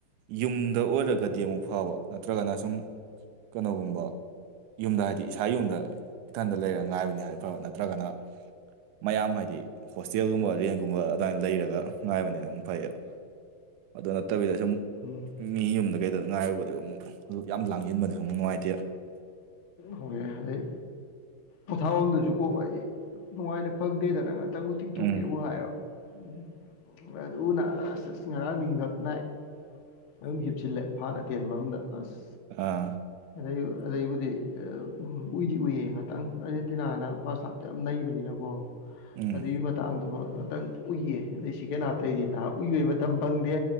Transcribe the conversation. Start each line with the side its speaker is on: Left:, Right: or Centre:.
Right: ꯌꯨꯝꯗ ꯑꯣꯏꯔꯒꯗꯤ
Left: ꯎꯝ
Right: ꯑꯃꯨꯛ ꯐꯕ ꯅꯠꯇ꯭ꯔꯒꯅ ꯁꯨꯝ ꯀꯩꯅꯣꯒꯨꯝꯕ ꯌꯨꯝꯗ ꯍꯥꯏꯗꯤ ꯏꯁꯥꯏ ꯌꯨꯝꯗ ꯏꯊꯟꯗ ꯂꯩꯔ ꯉꯥꯏꯕꯅꯦ ꯍꯥꯏꯕ ꯐꯕ ꯅꯠꯇ꯭ꯔꯒꯅ ꯃꯌꯥꯝ ꯍꯥꯏꯗꯤ ꯍꯣꯁꯇꯦꯜꯒꯨꯝꯕ ꯔꯦꯟꯒꯨꯝꯕ ꯑꯗꯨꯃꯥꯏꯅ ꯂꯩꯔꯒ ꯉꯥꯏꯕꯅꯦ ꯑꯃꯨꯛ ꯐꯩꯌꯦꯕ ꯑꯗꯨ ꯅꯠꯇꯕꯤꯗ ꯁꯨꯝ
Left: ꯎꯝ
Right: ꯃꯤ ꯌꯨꯝꯗ ꯀꯩꯗ ꯉꯥꯏꯔꯨꯕꯗꯨ ꯑꯃꯨꯛ ꯌꯥꯝ ꯂꯥꯡꯁꯤꯟꯕꯗꯨꯁꯨ ꯑꯃꯨꯛ ꯅꯨꯡꯉꯥꯏꯇꯦ
Left: ꯍꯣꯏ ꯑꯗꯩ ꯄꯣꯊꯥꯕꯝꯗꯨꯁꯨ ꯀꯣꯛ ꯍꯥꯏꯗꯤ ꯅꯨꯡꯉꯥꯏꯅ ꯐꯪꯗꯦꯗꯅ ꯇꯪꯕꯨ ꯇꯤꯡꯊꯣꯛꯀꯦ
Right: ꯎꯝ
Left: ꯋꯥꯏꯌꯦꯕ ꯎꯝ ꯍꯣꯏ ꯑꯗꯨꯅ ꯑꯁ ꯑꯁ ꯉꯔꯥꯡꯗꯤ ꯉꯛ ꯅꯥꯏ ꯑꯗꯨꯝ ꯍꯤꯞꯆꯤꯜꯂꯦ ꯐꯥꯟ ꯑꯇꯦꯟꯕ ꯑꯝꯗ ꯑꯁ
Right: ꯑꯥ
Left: ꯑꯗꯩ ꯑꯗꯩ ꯗꯤ ꯎꯏꯗꯤ ꯎꯏꯌꯦ ꯉꯥꯛꯇꯪ ꯑꯥꯔꯖꯦꯟꯇꯤꯅꯥꯅ ꯐꯥꯔꯁ ꯍꯥꯞꯇ ꯌꯥꯝ ꯅꯩꯕꯅꯤꯅꯀꯣ
Right: ꯎꯝ
Left: ꯑꯗꯩꯩꯕ ꯃꯇꯥꯡꯗꯨꯃ ꯉꯥꯛꯇꯪ ꯎꯏꯌꯦ ꯑꯗꯩ ꯁꯦꯀꯦꯟ ꯍꯥꯐꯇꯩꯗꯤ ꯅꯥꯕ ꯎꯏꯕꯩ ꯃꯇꯝ ꯐꯪꯗꯦ